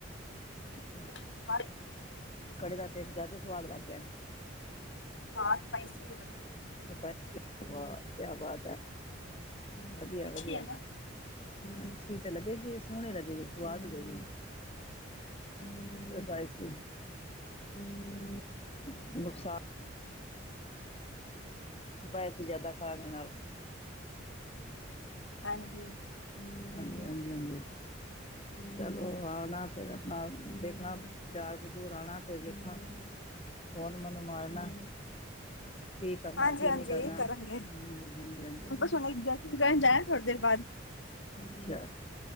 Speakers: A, on the left (about 75°); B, on the left (about 30°).
A: <unintelligible>
B: ਅੱਛਾ ਕੜੀ ਦਾ ਟੇਸਟ ਜ਼ਿਆਦਾ ਸਵਾਦ ਲੱਗ ਗਿਆ
A: ਹਾਂ, ਸਪਾਈਸੀ ਐ ਬੜੀ।
B: ਸਪਾ ਸੀ ਵਾਹ ਕਿਆ ਬਾਤ ਐ, ਵਧੀਆ-ਵਧੀਆ।
A: ਤਿੱਖੀ ਹੈ ਨਾ
B: ਅੱਛੀ ਤੇ ਲੱਗੇਗੀ, ਸੋਹਣੇ ਲੱਗੇਗੀ ਸਵਾਦ ਲਗੇਗੀ। ਹੂ ਸਪਾਇਸੀ। ਨੁਕਸਾਨ। ਸਪਾਇਸੀ ਜ਼ਿਆਦਾ ਖਾਣੇ ਨਾਲ।
A: ਹਾਂਜੀ।
B: ਹਾਂਜੀ, ਹਾਂਜੀ-ਹਾਂਜੀ ਚਲੋ ਆਣਾ ਫਿਰ ਆਪਣਾ ਦੇਖਣਾ। ਘਾਰ ਜਰੂਰ ਆਣਾ ਤੇ ਵੇਖਾਂ <inaudible> ਤੇ ਮਨ ਮਨ ਮਾਰਨਾ। ਕੀ ਕਰਨਾ
A: ਹਾਂਜੀ
B: ਕੀ
A: ਹਾਂਜੀ
B: ਨਹੀਂ ਕਰਨਾ
A: ਕਰਾਂਗੇ
B: ਹਮ ਹਾਂਜੀ -ਹਾਂਜੀ।
A: <inaudible> ਦਰਸ਼ਨ ਕਰਨ ਜਾਇ ਥੋੜੀ ਦੇਰ ਬਾਅਦ।
B: ਅੱਛਾ